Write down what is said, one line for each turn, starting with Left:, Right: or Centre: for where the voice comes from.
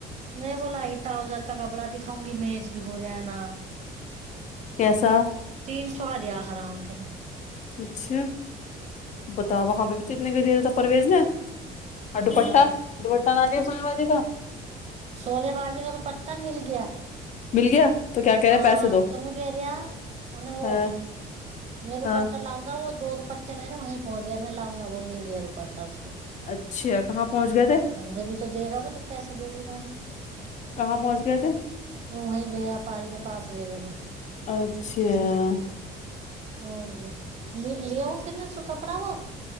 Right: میں وہ لائ ٹاؤزر کا کپڑا دکھاؤں گی میج بھی ہو رہا ہے نا
Left: کیسا
Right: تین سو کا دیا حرام کے نے
Left: اچھا بتاؤ وہاں پے بھی تو اتنے کا دے رہا تھا پرویز نے اور
Right: ہاں
Left: ڈوپٹہ ڈوپٹہ نہ دیا سونے والی کا
Right: سونے بازی کا دو پٹا مل گیا
Left: مل گیا تو کیا کہہ
Right: ہاں
Left: رہے پیسے دو
Right: تو ان کہ رہا ا وہ
Left: ہاں
Right: میں روپٹا
Left: ہاں
Right: لاؤں گا وہ دو روپٹے میرے وہی پہنچ گیے میں لاؤں گا وہ مل گیا روپٹا اس کو
Left: اچھا کہاں پہنچ گئے تھے
Right: جب ہی تو دے گا وہ جب پیسہ دے گی باجی
Left: کہاں پہنچ گئے تھے
Right: وہ وہیں بی پاری کے پاس رہے گئے تھے
Left: اچھے آ
Right: ہو گیا لے لیاؤں پھر میں سوں کپڑا وہ